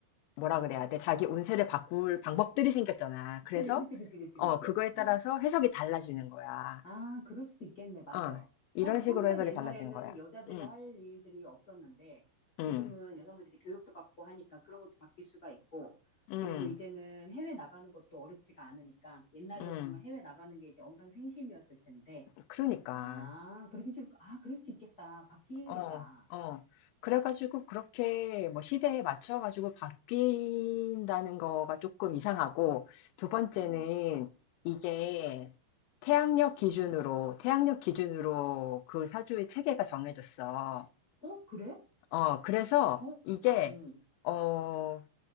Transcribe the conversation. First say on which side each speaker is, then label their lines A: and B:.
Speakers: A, on the left; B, on the left.
A: 뭐라 그래야 돼? 자기 운세를 바꿀 방법들이 생겼잖아. 그래서
B: 그치, 그치, 그치, 그치,
A: 어
B: 그치.
A: 그거에
B: 음.
A: 따라서 해석이 달라지는 거야.
B: 아, 그럴 수도 있겠네, 맞아.
A: 아,
B: 성,
A: 이런
B: 성별이
A: 식으로 해석이
B: 옛날에는
A: 달라지는 거야.
B: 여자들이
A: 응,
B: 할 일들이 없었는데, 지금은
A: 응,
B: 여성들이 이제 교육도 받고 하니까 그런 것도 바뀔 수가 있고,
A: 응,
B: 그리고 이제는 해외 나가는 것도 어렵지가 않으니까, 옛날이었으면
A: 응.
B: 해외 나가는 게 이제 언강생심이었을 텐데,
A: 그러니까,
B: 아, 그렇게 줄, 아, 그럴 수 있겠다. 바뀌겠다.
A: 어, 어. 그래가지고 그렇게 뭐 시대에 맞춰가지고 바뀐다는 거가 조금 이상하고, 두 번째는
B: 어,
A: 이게 태양력 기준으로, 태양력 기준으로 그 사주의 체계가 정해졌어.
B: 어, 그래?
A: 어, 그래서
B: 어,
A: 이게,
B: 응,
A: 어,